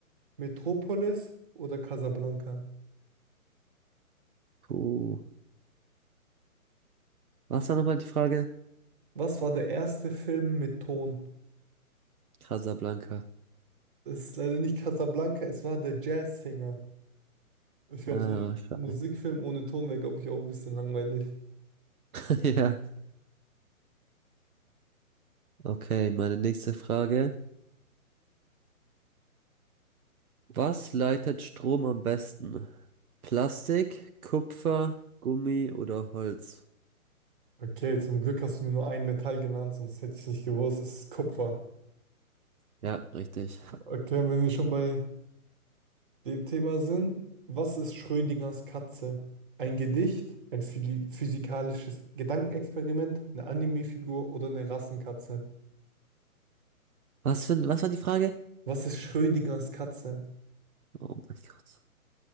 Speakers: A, on the right; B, on the right.
A: Metropolis oder Casablanca?
B: Puh. Was war nochmal die Frage?
A: Was war der erste Film mit Ton?
B: Casablanca.
A: Es ist leider nicht Casablanca, es war The Jazz Singer. Ich glaube,
B: Ah,
A: so ein
B: schade.
A: Musikfilm ohne Ton wäre, glaube ich, auch ein bisschen langweilig.
B: <laughs> Ja. Okay, meine nächste Frage. Was leitet Strom am besten? Plastik, Kupfer, Gummi oder Holz?
A: Okay, zum Glück hast du mir nur ein Metall genannt, sonst hätte ich nicht gewusst, es ist Kupfer.
B: Ja, richtig.
A: Okay, wenn wir schon bei Dem Thema sind, was ist Schrödingers Katze? Ein Gedicht, ein phili- physikalisches Gedankenexperiment, eine Anime-Figur oder eine Rassenkatze?
B: Was für, was war die Frage?
A: Was ist Schrödingers Katze?
B: Oh mein Gott.